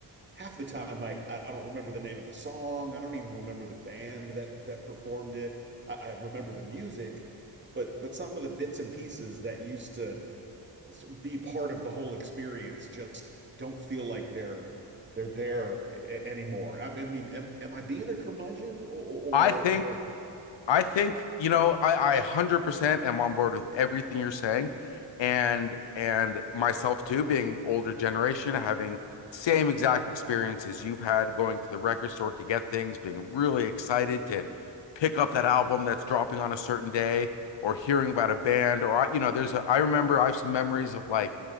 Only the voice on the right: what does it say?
half the time, I I don't remember the name of the song. I don't even remember the band that that performed it. I, I remember the music, but but some of the bits and pieces that used to be part of the whole experience, just don't feel like they're they're there a- anymore. I mean, am, am I being a curmudgeon or, or,
or